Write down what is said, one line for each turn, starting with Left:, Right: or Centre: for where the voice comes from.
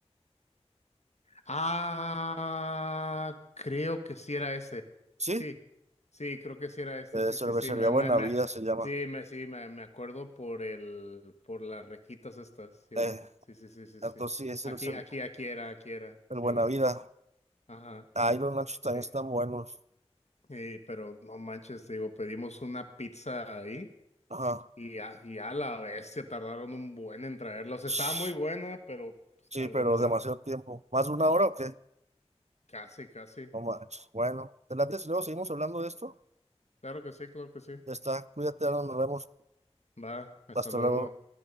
Left: Ah, creo que sí era ese.
Right: Sí,
Left: Sí, sí, creo que sí era este.
Right: eh,
Left: Sí,
Right: cervecería
Left: sí, sí. Me,
Right: Buena
Left: me, me,
Right: Vida se llama.
Left: sí, me, sí, me, me acuerdo por el, por las requitas estas, Simón.
Right: Eh,
Left: Sí, sí, sí, sí,
Right: entonces
Left: sí.
Right: sí, es
Left: Aquí,
Right: el, cer-
Left: aquí, aquí era, aquí era,
Right: el
Left: Simón.
Right: Buena Vida.
Left: Ajá.
Right: Ahí los nachos también
Left: Sí.
Right: están buenos.
Left: Sí, pero no manches, digo, pedimos una pizza ahí
Right: Ajá.
Left: y a, y a la bestia tardaron un buen en traerla. O sea, estaba
Right: Shh.
Left: muy buena, pero pues,
Right: Sí,
Left: tardó
Right: pero
Left: un buen.
Right: demasiado tiempo. ¿Más de una hora o qué?
Left: Casi, casi.
Right: No manches. Bueno, te late si luego seguimos hablando de esto.
Left: Claro que sí, claro que sí.
Right: Ya está. Cuídate, Aaron, nos vemos.
Left: Va, hasta
Right: Hasta
Left: luego.
Right: luego.